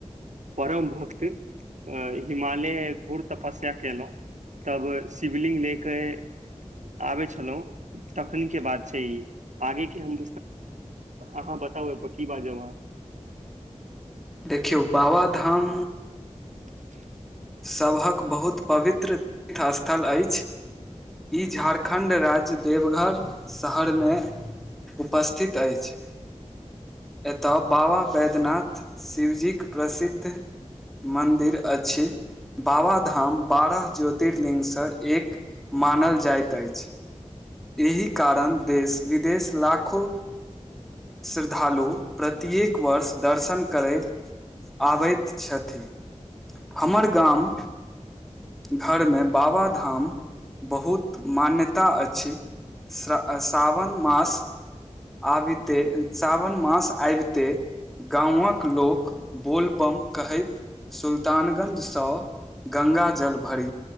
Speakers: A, on the right; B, in the centre.
A: परम भक्ति अऽ हिमालय घूर तपस्या केलै तब शिवलिंग लेए के आबे छलहुँ तखन के बात छै ई आगे के हम अहाँ बताउ की ब जाउ वहाँ
B: देखियौ बाबा धाम
A: <inaudible>
B: सबहक बहुत पवित्र तीर्थ स्थल अछि ई झारखंड राज्य देवघर शहर में उपस्थित अछि एतय बाबा वैद्यनाथ शिवजी के प्रसिद्ध मन्दिर अछि बाबा धाम बारह ज्योतिर्लिङंग सँ एक मानल जाइत अछि एहि कारण देश विदेश लाखो श्रद्धालु प्रत्येएक वर्ष दर्शन कहु करैत आबैत छथि हमर गाम घर में बाबा धाम बहुत मान्यता अछि श्र सावन मास आबिते सावन मास आबिते गामक लोक बोलबम कहैत सुल्तानगंज सँ गंगाजल भरी